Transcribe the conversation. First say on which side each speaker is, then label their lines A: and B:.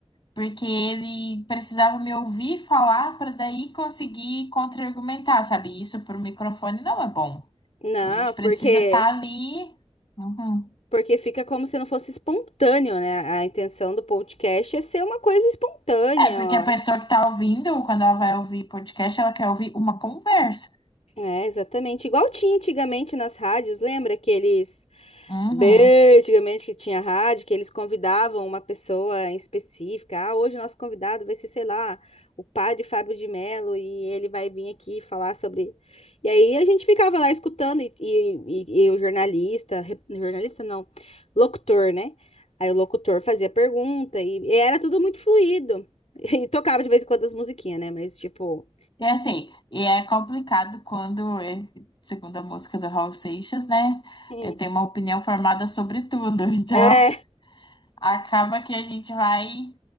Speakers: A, on the left; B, on the left.
A: Porque ele precisava me ouvir falar para daí conseguir contra-argumentar, sabe? Isso para o microfone não é bom.
B: Não,
A: A gente precisa
B: porque
A: estar ali. Uhum.
B: Porque fica como se não fosse espontâneo, né? A intenção do podcast é ser uma coisa espontânea,
A: É, porque
B: ó.
A: a pessoa que está ouvindo, quando ela vai ouvir podcast, ela quer ouvir uma conversa.
B: É, exatamente. Igual tinha antigamente nas rádios, lembra que eles
A: Uhum.
B: Bem, antigamente que tinha rádio, que eles convidavam uma pessoa em específica. Ah, hoje o nosso convidado vai ser, sei lá, o padre Fábio de Mello e ele vai vir aqui falar sobre. E aí a gente ficava lá escutando e, e, e- e o jornalista, re- jornalista não, locutor, né? Aí o locutor fazia pergunta e, e era tudo muito fluido. <laughs> E tocava de vez em quando as musiquinhas, né? Mas tipo,
A: E assim, e é complicado quando, é, segundo a música do Raul Seixas, né?
B: hum,
A: Eu tenho uma opinião formada sobre tudo. Então,
B: é,
A: <laughs> acaba que a gente vai.